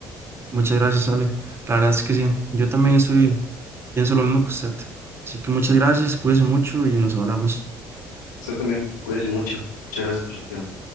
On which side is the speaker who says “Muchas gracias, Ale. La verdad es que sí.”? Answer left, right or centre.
Right